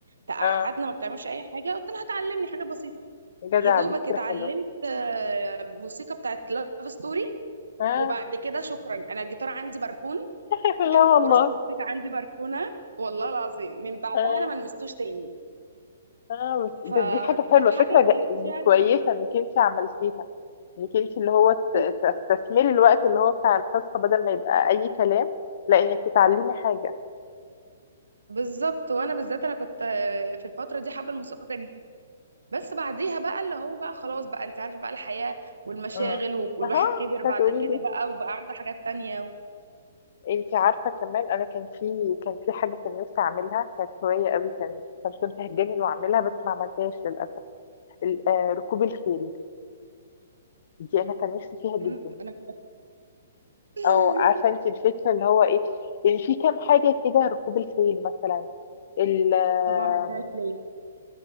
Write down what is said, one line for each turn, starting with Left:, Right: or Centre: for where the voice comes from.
Right: تقعدنا
Left: اه
Right: ما بتعملش اي حاجه قلت لها هتعلمني حاجه بسيطه
Left: جدع
Right: يا دوبك
Left: دي فكرة
Right: اتعلمت
Left: حلوة
Right: آه، موسيقى بتاعت لاف ستوري
Left: اه
Right: وبعد كده شكرا انا الجيتار عندي مركون
Left: <laughs> لا والله
Right: كراسه الموسيقى عندي مركونه والله العظيم من بعدها
Left: اه
Right: انا ما لمستوش تاني
Left: اه بس بس
Right: فدي
Left: دي حاجة حلوة
Right: حاجه
Left: فكرة
Right: اتضايقت
Left: جا- يعني
Right: فيها
Left: كويسة
Right: شويه
Left: انك انت عملتيها انك انت اللي هو ت-
Right: بز-
Left: تستثمري الوقت اللي هو بتاع الحصة بدل ما يبقى اي كلام لا انك تتعلمي حاجة
Right: بالظبط وانا بالذات انا كنت آه، في الفتره دي حابه الموسيقى بس بعديها بقى اللي هو بقى خلاص بقى انت عارفة بقى الحياة والمشاغل
Left: امم
Right: و- والواحد
Left: اها
Right: كبر بعد
Left: هتقولي
Right: كده
Left: لي
Right: بقى وبقى عنده حاجات تانية و...
Left: انت عارفة كمان انا كان في كان في حاجة كان نفسي اعملها كانت هواية قوي كان كان كنت هتجنن واعملها بس ما عملتهاش للأسف ال- آه، ركوب الخيل دي انا كان نفسي فيها جدا
Right: مم، انا <laughs>
Left: او عارفه انت الفكره اللي هو ايه يعني في كام حاجه كده ركوب الخيل مثلا ال- آم،
Right: طب ما عملتهاش ليه؟